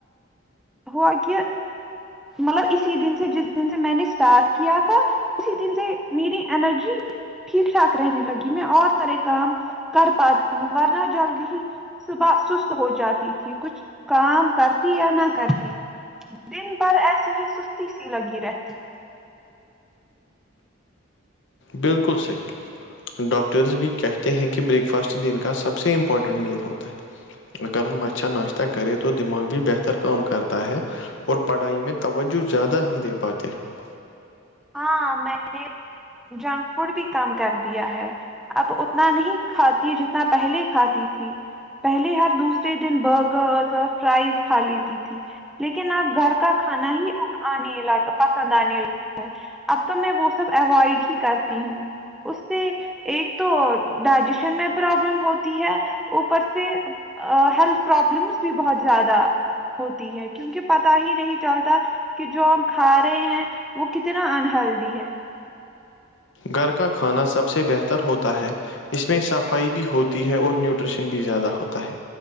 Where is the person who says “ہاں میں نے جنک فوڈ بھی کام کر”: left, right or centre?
Centre